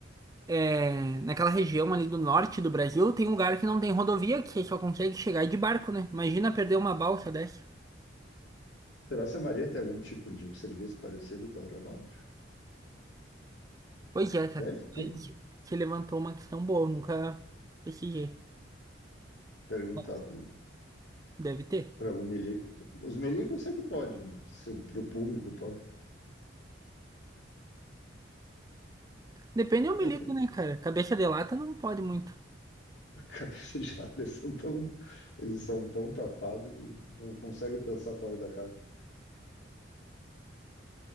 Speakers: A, on the right; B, on the left.
A: é, naquela região ali do norte do Brasil, tem um lugar que não tem rodovia, que você só consegue chegar de barco, né? Imagina perder uma balsa dessa.
B: Será se a Maria tem algum tipo de serviço parecido com o aeronáutico?
A: Pois é, cara.
B: Deve ter,
A: Aí
B: né?
A: Você você levantou uma questão boa, eu nunca pesquisei.
B: Perguntar
A: Mas Deve ter.
B: para algum milico. Os milicos eu sei que pode, né? Se para o público pode.
A: Depende do milico,
B: É, filho,
A: né, cara? Cabeça de lata não pode muito.
B: <laughs> a cabeça de lado, eles são tão, eles são tão tapados que não conseguem pensar fora da caixa.